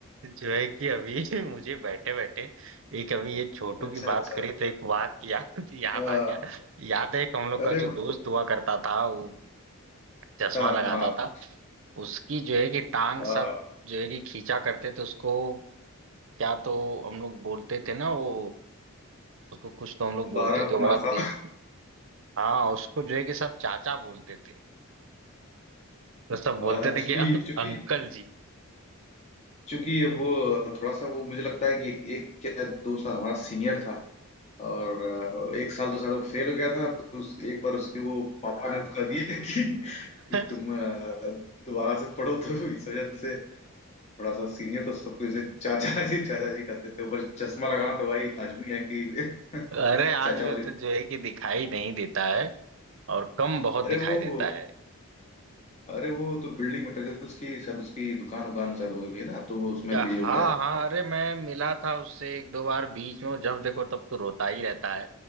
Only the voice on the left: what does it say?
अच्छा
अच्छा
हाँ,
अरे
<laughs>
हाँ
हाँ
हाँ
बारह
मासा
आज
की
चूंकि
चूंकि वो थोड़ा सा वो मुझे लगता है कि एक, एक क्या दो साल हमारा सीनियर था और एक साल तो शायद वो फेल हो गया था और दूस- एक बार उसके वो पापा ने उसका दिया कि
कि तुम अ, दोबारा से पढ़ो तो इस वजह से थोड़ा सा सीनियर तो सबको जैसे चाचा जी चाचा जी कहते थे ऊपर से चश्मा लगाना तो भाई लाजमी है कि <laughs>
चाचा
वाली
अरे
वो
अरे वो तो बिल्डिंग मटेरियल्स की शायद उसकी दुकान उकान शायद हो गई है ना तो वो उसमें
बिजी हो
गया